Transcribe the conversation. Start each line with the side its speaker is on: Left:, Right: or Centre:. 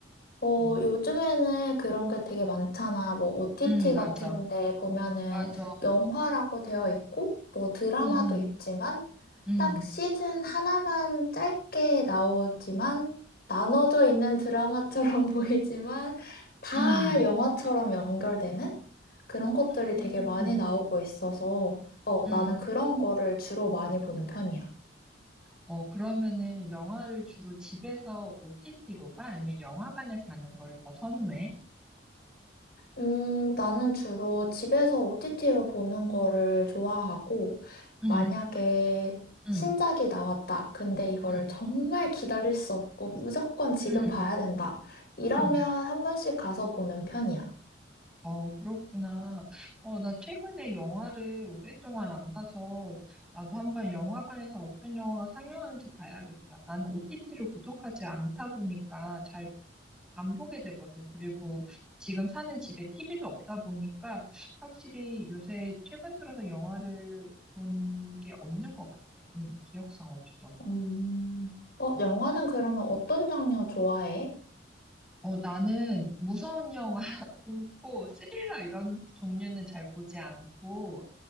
Left: 어,
Centre: 응,
Left: 요즘에는 그런 게 되게 많잖아. 뭐, OTT
Centre: 응, 맞아.
Left: 같은 데 보면은
Centre: 맞아.
Left: 영화라고 되어 있고, 뭐, 드라마도
Centre: 응,
Left: 있지만,
Centre: 응, 응,
Left: 딱 시즌 하나만 짧게 나오지만, 나눠져 있는 드라마처럼 <laughs> 보이지만, 다
Centre: 응,
Left: 영화처럼 연결되는 그런 것들이
Centre: 응,
Left: 되게 많이 나오고 있어서, 어,
Centre: 응.
Left: 나는 그런 거를 주로 많이 보는 편이야.
Centre: 어, 그러면은 영화를 주로 집에서 OTT로 봐? 아니면 영화관에 가는 걸 더 선호해?
Left: 음, 나는 주로 집에서 OTT로 보는 거를 좋아하고,
Centre: 응,
Left: 만약에
Centre: 응,
Left: 신작이 나왔다. 근데 이거를
Centre: 응,
Left: 정말 기다릴 수 없고, 무조건 지금
Centre: 응,
Left: 봐야 된다. 이러면
Centre: 응.
Left: 한 번씩 가서 보는 편이야.
Centre: 어, 그렇구나. 어, 나 최근에 영화를 오랫동안 안 봐서 나도 한번 영화관에서 어떤 영화가 상영하는지 봐야겠다. 나는 OTT를 구독하지 않다 보니까 잘 안 보게 되거든. 그리고 지금 사는 집에 TV도 없다 보니까 확실히 요새 최근 들어서 영화를 본 게 없는 것 같아. 응, 기억상 없어.
Left: 음, 어, 영화는 그러면 어떤 장르 좋아해?
Centre: 어, 나는 무서운 영화, <laughs> 공포, 스릴러 이런 종류는 잘 보지 않고,